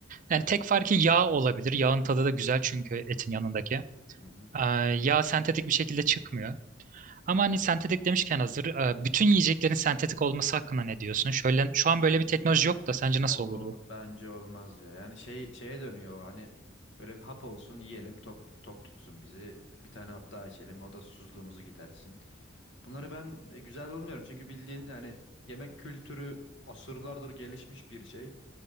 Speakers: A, on the right; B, on the left.
A: Yani tek farkı yağ olabilir. Yağın tadı da güzel çünkü etin yanındaki.
B: Hı hı.
A: Ee, yağ sentetik bir şekilde çıkmıyor. Ama hani sentetik demişken hazır, e, bütün yiyeceklerin sentetik olması hakkında ne diyorsun? Şöyle, şu an böyle bir teknoloji yok da sence nasıl
B: O
A: olurdu?
B: bence olmaz ya. Yani şey şeye dönüyor o, hani böyle bir hap olsun yiyelim tok tok tutsun bizi. Bir tane hap daha içelim o da susuzluğumuzu gidersin. Bunları ben e, güzel bulmuyorum çünkü bildiğin yani yemek kültürü asırlardır gelişmiş bir şey.